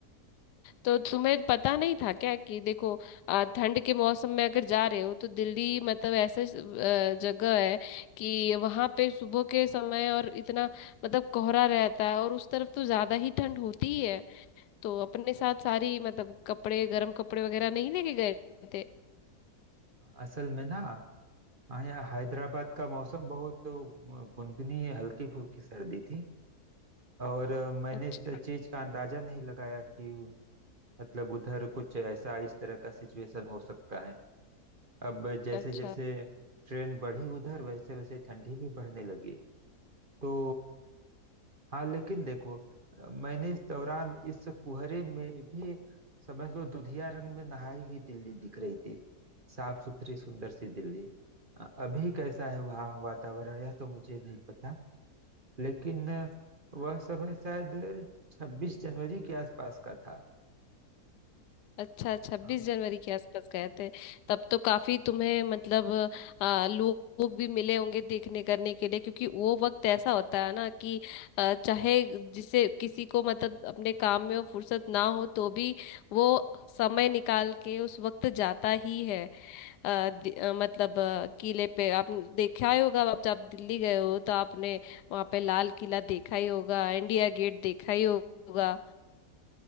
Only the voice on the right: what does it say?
असल में ना हाँ यहाँ हैदराबाद का मौसम बहुत तो गुनगुनी हल्की फुल्की सर्दी थी और अ, मैंने
इस चीज का अंदाजा नहीं लगाया कि मतलब उधर कुछ ऐसा इस तरह का सिचुएशन हो सकता है अब जैसे
जैसे ट्रेन बढ़ी उधर वैसे वैसे ठंडी भी बढ़ने लगी तो हाँ लेकिन देखो अ, मैंने इस दौरान इस कुहरे में भी समझ लो दुधिया रंग में नहाई हुई दिल्ली दिख रही थी साफ सुथरी सुंदर सी दिल्ली अ, अभी कैसा है वहाँ वातावरण यह तो मुझे नहीं पता लेकिन अ, वह समय शायद छब्बीस जनवरी के आसपास का था
हाँ